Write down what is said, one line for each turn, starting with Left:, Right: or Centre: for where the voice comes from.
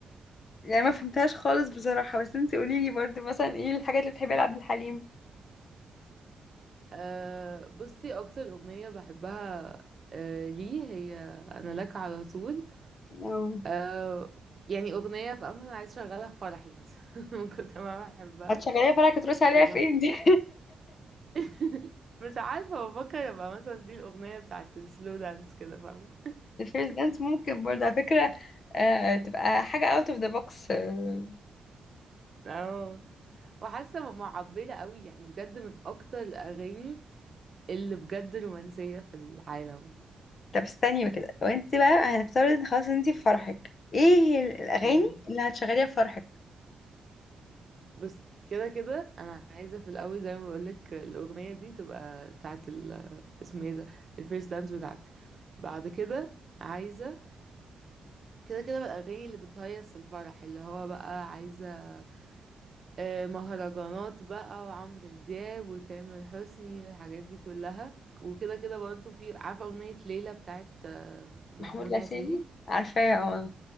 Left: يعني ما فهمتهاش خالص بصراحة بس انتي قوليلي برضه مثلا ايه الحاجات اللي بتحبيها لعبد الحليم
Right: أه بصي اكتر اغنية بحبها أه ليه هي انا لك على طول
Left: أو-
Right: أه يعني اغنية في امل عايز اشغلها في فرحي مثلا <laughs> من كنت ما بحبها
Left: هتشغليها فرقة تروسي عليها
Right: والله
Left: فين دي
Right: <laughs> مش عارفة بفكر ابقى مثلا دي الاغنية بتاعت السلو دانس كده فاهمة
Left: <laughs> الفيرست دانس ممكن برضه على فكرة آه، تبقى حاجة out of the box آه،
Right: اه وحاسه معبره قوي يعني بجد من اكتر الاغاني اللي بجد رومانسيه في العالم
Left: طب استني بقى كده لو انت بقى هنفترض ان خلاص انت في فرحك ايه هي ال- الاغاني
Right: ماشي
Left: اللي هتشغليها في فرحك
Right: بس كده كده انا عايزه في الاول زي ما بقولك الاغنيه دي تبقى بتاعه ال اسمه ايه ده الفيرست دانس بتاعتي بعد كده عايزه كده كده بقى الاغاني اللي بتهيص الفرح اللي هو بقى عايزه آه، مهرجانات بقى وعمرو دياب وتامر حسني والحاجات دي كلها وكده كده برضو في عارفه اغنيه ليلى بتاعه آه، محمود
Left: محمود العسيلي
Right: العسيلي
Left: عارفاه اه